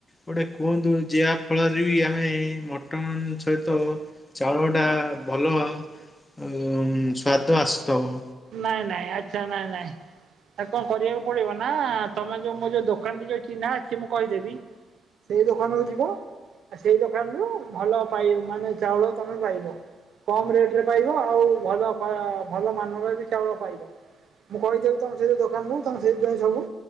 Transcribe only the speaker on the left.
ଗୋଟେ କୁହନ୍ତୁ ଯାହା ଫଳରେ ବି ଆମେ ମଟନ ସହିତ ଚାଉଳ ଟା ଭଲ ଉ ସ୍ଵାଦ ଆସୁଥିବ।